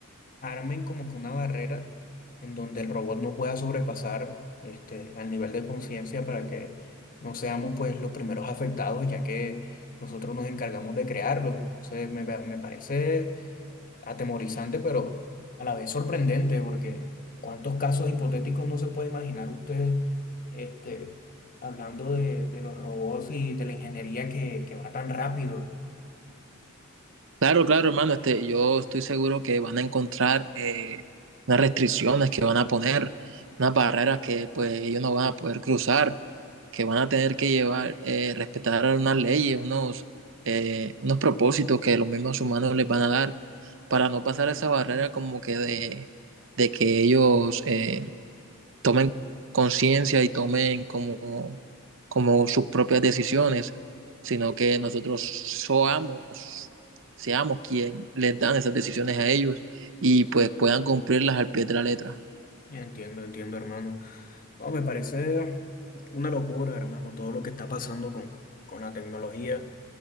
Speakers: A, on the left; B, on the right.
A: armen como que una barrera en donde el robot no pueda sobrepasar este al nivel de conciencia para que no seamos pues los primeros afectados, ya que nosotros nos encargamos de crearlos, entonces me, pa- me parece atemorizante, pero a la vez sorprendente, porque cuántos casos hipotéticos no se puede imaginar usted este, hablando de, de los robots y de la ingeniería que, que va tan rápido.
B: Claro, claro, hermano, este, yo estoy seguro que van a encontrar eh, unas restricciones que van a poner, unas barreras que pues ellos no van a poder cruzar, que van a tener que llevar, eh, respetar unas leyes, unos, eh, unos propósitos que los mismos humanos les van a dar para no pasar esa barrera como que de, de que ellos eh, tomen conciencia y tomen como, como sus propias decisiones, sino que nosotros soamos, seamos quien les dan esas decisiones a ellos y pues puedan cumplirlas al pie de la letra.
A: Entiendo, entiendo, hermano. No, me parece una locura, hermano, todo lo que está pasando con, con la tecnología.